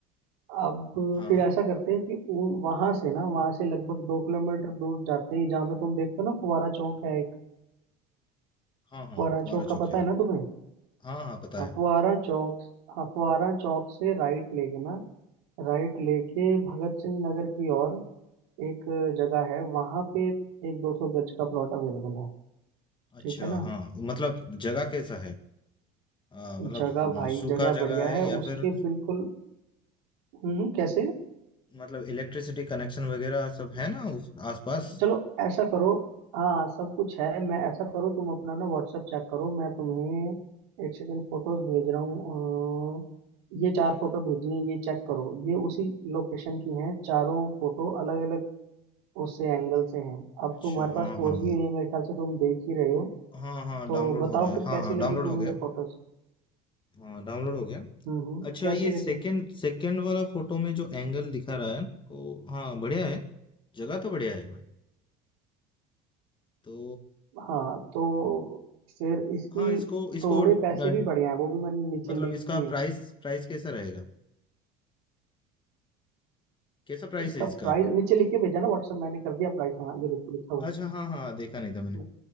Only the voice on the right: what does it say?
अब
फिर ऐसा करते हैं कि वहां से ना वहां से लगभग दो किलोमीटर दूर जाते ही जहाँ पे तुम देखते हो ना फुहारा चौक है एक
फुहारा
चौक का
पता
है ना तुम्हें
हाँ
फुहारा चौक हाँ फुहारा चौक से राइट लेके ना राइट लेके भगत सिंह नगर की ओर एक जगह है वहां पे एक दो सौ गज का प्लॉट अवेलेबल है
ठीक है ना
जगह भाई
जगह बढ़िया
है
उसके
बिल्कुल हम्म हम्म, कैसे
चलो ऐसा करो हाँ सब कुछ है मैं ऐसा करो तुम अपना ना व्हाट्सएप चेक करो मैं तुम्हें एक सेकंड फोटोज भेज रहा हूँ अ, ये चार फोटो भेजी हैं ये चेक करो ये उसी लोकेशन की हैं चारों फोटो अलग अलग उससे एंगल से हैं अब
तुम्हारे
पास पहुंच
गई है मेरे ख्याल से तुम देख ही रहे हो
तो
बताओ
फिर
कैसी
लगी तुम्हें
ये फोटोज
हम्म हम्म,
कैसी
लगी
हाँ तो फिर इसकी
थोड़े
पैसे भी बढ़िया हैं वो भी मैंने नीचे
लिख
दिए
हैं
इसका
प्राइस नीचे लिख के भेजा ना व्हाट्सएप मैंने कर दिया प्राइस हाँ ये देखो लिखा हुआ
है